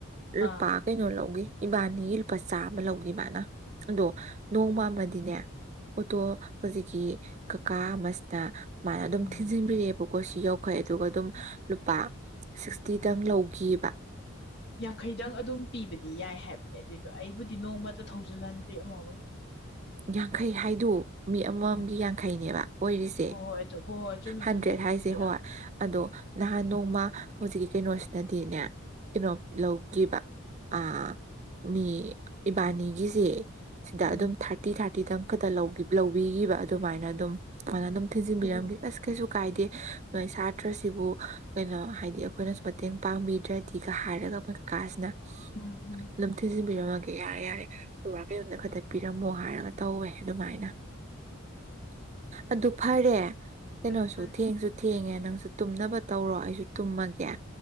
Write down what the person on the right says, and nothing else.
ꯂꯨꯄꯥ
ꯀꯩꯅꯣ ꯂꯧꯒꯤ ꯏꯕꯥꯅꯤꯒꯤ ꯂꯨꯄꯥ ꯆꯥꯃ ꯂꯧꯒꯤ ꯃꯥꯅ ꯑꯗꯣ ꯅꯣꯡꯃꯃꯗꯤꯅꯦ
ꯑꯣꯇꯣ ꯍꯧꯖꯤꯛꯀꯤ ꯀꯀꯥ ꯑꯃꯁꯤꯅ ꯃꯥꯅ ꯑꯗꯨꯝ
ꯊꯤꯟꯖꯤꯟꯕꯤꯔꯦ ꯃꯈꯣꯏꯁꯨ ꯌꯥꯎꯈꯦ ꯑꯗꯨꯒ ꯑꯗꯨꯝ ꯂꯨꯄꯥ ꯁꯤꯛꯁꯇꯤꯗꯪ ꯂꯧꯒꯤꯕ
ꯌꯥꯡꯈꯩ ꯍꯥꯏꯗꯨ ꯃꯤ ꯑꯃꯝ ꯑꯃꯝꯒꯤ
ꯌꯥꯡꯈꯩꯅꯦꯕ ꯑꯣꯏꯔꯤꯁꯦ
ꯍꯟꯗ꯭ꯔꯦꯠ
ꯍꯥꯏꯁꯦ ꯍꯣꯏ
ꯑꯗꯣ ꯅꯍꯥꯟ ꯅꯣꯡꯃ ꯍꯧꯖꯤꯛꯀꯤ ꯀꯩꯅꯣꯁꯤꯅꯗꯤꯅꯦ ꯀꯩꯅꯣ ꯂꯧꯈꯤꯕ ꯑꯥ ꯃꯤ ꯏꯕꯥꯅꯤꯒꯤꯁꯦ ꯁꯤꯗ
ꯑꯗꯨꯝ ꯊꯥꯔ ꯊꯥꯔꯇꯤ ꯊꯥꯔꯇꯤꯗꯪ ꯈꯛꯇ ꯂꯧꯕꯤꯈꯤꯕ ꯑꯗꯨꯃꯥꯏꯅ ꯑꯗꯨꯝ ꯑꯗꯨꯅ ꯑꯗꯨꯝ ꯊꯤꯟꯖꯤꯟꯕꯤꯔꯝꯒꯦ
ꯑꯁ ꯀꯩꯁꯨ ꯀꯥꯏꯗꯦ ꯅꯣꯏ ꯁꯥꯇ꯭ꯔꯁꯤꯕꯨ ꯀꯩꯅꯣ ꯍꯥꯏꯗꯤ ꯑꯩꯈꯣꯏꯅꯁꯨ ꯃꯇꯦꯡ ꯄꯥꯡꯕꯤꯗ꯭ꯔꯗꯤꯒ ꯍꯥꯏꯔꯒ ꯃꯣꯏ ꯀꯥꯁꯤꯅ
ꯑꯗꯨꯝ ꯊꯤꯟꯖꯤꯟꯕꯤꯔꯝꯃꯒꯦ ꯌꯥꯔꯦ ꯌꯥꯔꯦ ꯕꯥꯕꯥ ꯀꯩꯅꯣꯗ ꯈꯛꯇ ꯄꯤꯔꯝꯃꯣ ꯍꯥꯏꯔꯒ ꯇꯧꯋꯦ ꯑꯗꯨꯃꯥꯏꯅ ꯑꯗꯨ ꯐꯔꯦ ꯀꯩꯅꯣꯁꯨ
ꯊꯦꯡꯁꯨ ꯊꯦꯡꯉꯦ ꯅꯪꯁꯨ ꯇꯨꯝꯅꯕ ꯇꯧꯔꯣ ꯑꯩꯁꯨ ꯇꯨꯝꯃꯒꯦ